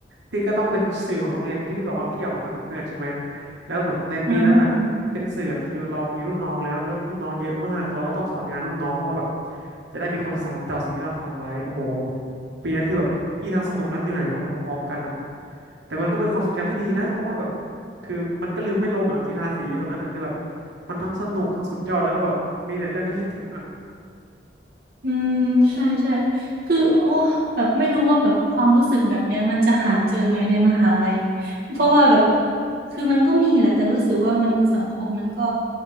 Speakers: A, on the right (about 80°); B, on the right (about 55°).
A: พี่ก็ต้องเป็นสื่อของโรงเรียนที่พี่บอกว่าพี่ออกมาทำกับเพื่อนใช่ไหม แล้วแบบในปีนั้นอ่ะเป็นสื่ออะคือเรามีรุ่นน้องแล้วรุ่นรุ่นน้องเยอะมากเราก็ต้องสอนงานรุ่นน้องเพราะว่าแบบ
B: อ๋อค่ะ
A: จะได้มีคนสานต่อสิ่งที่เราทำไว้โอ้โหแบบปีนั้นคือแบบพี่ทั้งสนุกและเหนื่อยพร้อมๆกันอ่ะแต่มันก็เป็นความทรงจำที่ดีนะเพราะว่าแบบ คือมันก็ลืมไม่ลงอ่ะกีฬาสีตรงนั้นอ่ะคือแบบมันทั้งสนุกทั้งสุดยอดแล้วก็แบบมีแต่เรื่องให้คิดถึงอ่ะ
B: อืมใช่ใช่คือโอ้แบบไม่รู้ว่าแบบความรู้สึกแบบเนี้ยมันจะหาเจอไหมในมหาลัยเพราะว่าแบบคือมันก็มีแหละแต่รู้สึกว่ามันสังคมมันก็